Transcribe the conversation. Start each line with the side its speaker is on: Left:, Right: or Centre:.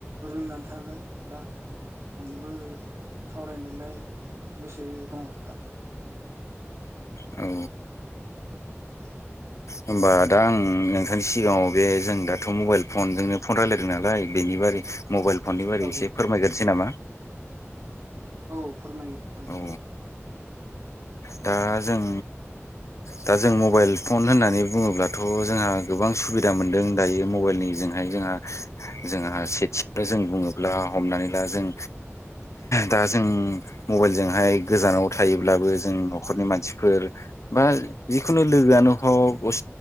Right: रोंनानै थागोन दा आंबो सावरायनोलाय गोसो दङ दा
Left: औ
Right: <inaudible>
Left: होमबा दा आं नोंथांनि सिगाङाव बे जों दाथ' मबाइल फनजोंनो फन रायलायदों नालाय बेनि बारै मबाइल फननि बारै
Right: औ
Left: एसे फोरमायग्रोनोसै नामा?
Right: औ फोरमायो आंबो
Left: औ दा जों दा जों मबाइल फन होननानै बुङोब्लाथ' जोंहा गोबां सुबिदा मोनदों दायो मबाइल निजोंहाय जोंहा जोंहा सेथिसे जों बुङोब ब्ला हमनानै ला जों दा जों मबाइलजोंहाय गोजानाव थायोब्लाबो जों न'खरनि मानसिफोर बा जिखुनु लोगोआनो हक